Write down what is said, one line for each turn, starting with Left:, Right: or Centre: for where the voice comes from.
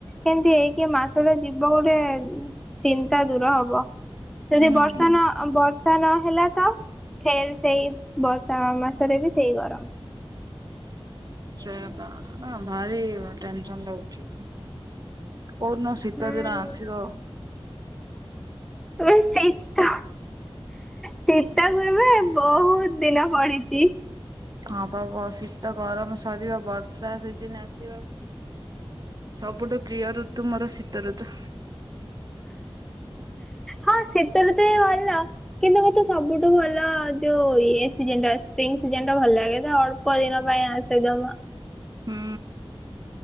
Centre: କେନ୍ତି ହେଇକି ଏ ମାସ ଟା ଯିବ, ଗୋଟେ ଚିନ୍ତା ଦୂର ହବ। ଯଦି
Right: ହୁଁ।
Centre: ବର୍ଷା ନ ବର୍ଷା ନହେଲା ତ ଫେରେ ସେଇ ବର୍ଷା ମାସରେ ବି ସେଇ ଗରମ୍।
Right: ସେୟାବା ଭାରି ଟେନସନ ଲାଗୁଛି, କୋଉନ ଶୀତ
Centre: ହୁଁ
Right: ଦିନ ଆସିବ।
Centre: <unintelligible> ଶୀତ ଶୀତ କୁ ଏବେ ବହୁତ୍ ଦିନ ପଡିଚି।
Right: ହଁ ବା ଶୀତ ଗରମ୍ ସରିବ ବର୍ଷା ସିଜିନ ଆସିବ। ସବୁଠୁ ପ୍ରିୟ ଋତୁ ମୋର ଶୀତ ଋତୁ।
Centre: ହଁ ଶୀତ ଋତୁ ବି ଭଲ। କିନ୍ତୁ ମୋତେ ସବୁଠୁ ଭଲ ଯୋଉ ଏ ସିଜନ ଟା ସ୍ପ୍ରିଙ୍ଗ ସିଜନ୍ ଟା ଭଲ ଲାଗେ, ତ ଅଳ ଳ୍ପ ଦିନ ପାଇଁ ଆସେ ଜମା।
Right: ହୁଁ।